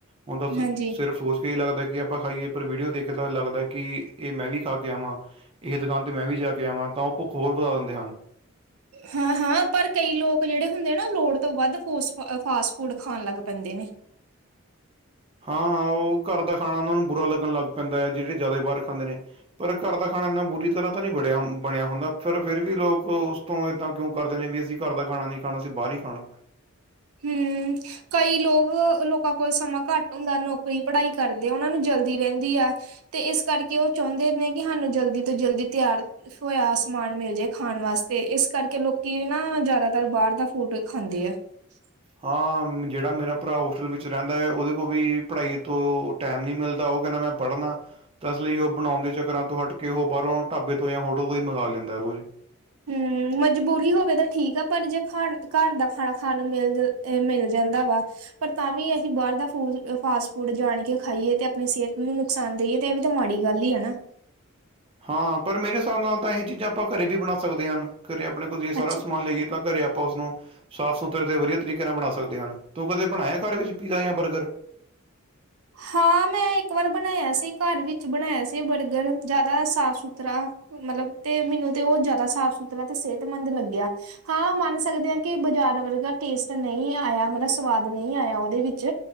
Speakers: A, on the right; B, on the right.
A: ਹੁਣ ਤਾਂ ਸਿ
B: ਹਾਂਜੀ
A: ਸਿਰਫ ਕਈ <unintelligible> ਲੱਗਦਾ ਕਿ ਆਪਾਂ ਖਾਈਏ ਪਰ ਵੀਡੀਓ ਦੇਖ ਕੇ ਤਾਂ ਲੱਗਦਾ ਕਿ ਇਹ ਮੈਂ ਵੀ ਖਾ ਕੇ ਆਵਾਂ ਇਹ ਦੁਕਾਨ ਤੇ ਮੈਂ ਵੀ ਜਾ ਕੇ ਆਵਾਂ ਤਾਂ ਉਹ ਭੁੱਖ ਹੋਰ ਵਧਾ ਦਿੰਦੇ ਹਨ
B: ਹਾਂ ਹਾਂ ਪਰ ਕਈ ਲੋਕ ਜਿਹੜੇ ਹੁੰਦੇ ਨਾ ਲੋੜ ਤੋਂ ਵੱਧ ਫੁਸ ਫਾਸਟ ਫੂਡ ਖਾਣ ਲੱਗ ਪੈਂਦੇ ਨੇ
A: ਹਾਂ ਉਹ ਘਰ ਦਾ ਖਾਣਾ ਉਹਨਾਂ ਨੂੰ ਬੁਰਾ ਲੱਗਣ ਲੱਗ ਪੈਂਦਾ ਹੈ ਜਿਹੜੇ ਜ਼ਿਆਦਾ ਬਾਹਰ ਖਾਂਦੇ ਨੇ ਪਰ ਘਰ ਦਾ ਖਾਣਾ ਇੰਨਾ ਬੁਰੀ ਤਰ੍ਹਾਂ ਤਾਂ ਨਹੀਂ ਬੜਿਆ ਬਣਿਆ ਹੁੰਦਾ ਫਿਰ ਫਿਰ ਵੀ ਲੋਕ ਉਸ ਤੋਂ ਇਏਦਾਂ ਕਿਉਂ ਕਰਦੇ ਨੇ ਵੀ ਅਸੀਂ ਘਰ ਦਾ ਖਾਣਾ ਨਹੀਂੀ ਖਾਣਾ ਅਸੀਂ ਬਾਹਰ ਹੀ ਖਾਣਾ
B: ਹਮ ਕਈ ਲੋਕ ਲੋਕਾਂ ਕੋਲ ਸਮਾਂ ਘੱਟ ਹੁੰਦਾ ਨੌਕਰੀ ਪੜ੍ਹਾਈ ਕਰਦੇ ਆ ਉਹਨਾਂ ਨੂੰ ਜਲਦੀ ਰਹਿੰਦੀ ਆ ਤੇ ਇਸ ਕਰਕੇ ਉਹ ਚਾਹੁੰਦੇ ਨੇ ਕਿ ਸਾਨੂੰ ਜਲਦੀ ਤੋਂ ਜਲਦੀ ਤਿਆਰ ਹੋਇਆ ਸਮਾਨ ਮਿਲ ਜਾਏ ਖਾਨ ਵਾਸਤੇ ਇਸ ਕਰਕੇ ਲੋਕੀ ਨਾ ਜ਼ਿਆਦਾਤਰ ਬਾਹਰ ਦਾ ਫੂਡ ਖਾਂਦੇ ਆ <inaudible>
A: ਹਾਂ ਜਿਹੜਾ ਮੇਰਾ ਭਰਾ ਹੋਸਟਲ ਵਿੱਚ ਰਹਿੰਦਾ ਹੈ ਓਹਦੇ ਕੋਲ ਵੀ ਪੜ੍ਹਾਈ ਤੋਂ ਟੈਮ ਨੀ ਮਿਲਦਾ ਉਹ ਕੈਹਨਾ ਮੈਂ ਪੜ੍ਹਨੈ ਤਾਂ ਇਸ ਲਈ ਉਹ ਬਣਾਉਣ ਦੇ ਚੱਕਰਾਂ ਤੋਂ ਹਟ ਕੇ ਉਹ ਬਾਹਰੋਂ ਢਾਬੇ ਤੋਂ ਯਾਂ ਹੋਟਲ ਤੋਂ ਹੀ ਮੰਗਵਾ ਲੈਂਦਾ ਰੋਜ਼
B: ਹਮ ਮਜਬੂਰੀ ਹੋਵੇ ਤਾ ਠੀਕ ਆ ਪਰ ਜੇ ਖਾਣ ਘਰ ਦਾ ਖਾਣਾ ਖਾਣ ਨੂੰ ਮਿਲ ਮਿਲ ਜਾਂਦਾ ਵਾ ਪਰ ਤਾਂ ਵੀ ਅਹੀ ਬਾਹਰ ਦਾ ਫੂਡ ਫਾਸਟ ਫੂਡ ਜਾਣ ਕੇ ਖਾਈਏ ਤੇ ਆਪਨੀ ਸਿਹਤ ਨੂੰ <unintelligible> ਤੇ ਇਹ ਵੀ ਤਾਂ ਮਾੜੀ ਗੱਲ ਹੀ ਨਾ
A: ਹਾਂ ਪਰ ਮੇਰੇ ਹਿਸਾਬ ਨਾਲ ਤਾ ਇਹ ਚੀਜ਼ਾਂ ਆਪਾਂ ਘਰੇ ਵੀ ਬਣਾ ਸਕਦੇ ਹ ਹਨ ਘਰੇ ਆਪਣੇ ਕੋਝ ਸਾਰਾ
B: ਅੱਛੀ
A: ਸਮਾਨ ਲਈਏ ਤਾਂ ਘਰੇ ਆਪਾਂ ਉਸਨੂੰ ਸਾਫ਼ ਸੁਥਰੇ ਤੇ ਵਧੀਆ ਤਰੀਕੇ ਨਾਲ ਬਣਾ ਸਕਦੇ ਹਨ ਤੂੰ ਕਦੇ ਬਣਾਇਆ ਘਰ ਵਿੱਚ ਪੀਜਾ ਜਾਂ ਬਰਗਰ
B: ਹਾਂ ਮੈਂ ਇੱਕ ਵਾਰ ਬਣਾਇਆ ਸੀ ਘਰ ਵਿੱਚ ਬਣਾਇਆ ਸੀ ਬਰਗਰ ਜਆਦਾ ਸਾਫ ਸੁਥਰਾ ਮਤਲਬ ਤੇ ਮੈਨੂੰ ਤੇ ਉਹ ਜਆਦਾ ਸਾਫ ਸੁਥਰਾ ਤੇ ਸਿਹਤਮੰਦ ਲੱਗਿਆ ਹਾਂ ਮੰਨ ਸਕਦੇ ਹਾਂ ਕਿ ਬਾਜ਼ਾਰ ਵਰਗਾ ਟੇਸਟ ਨਹੀਂ ਆਇਆ ਮਤਲਬ ਸਵਾਦ ਨਹੀਂ ਆਇਆ ਓਹਦੇ ਵਿੱਚ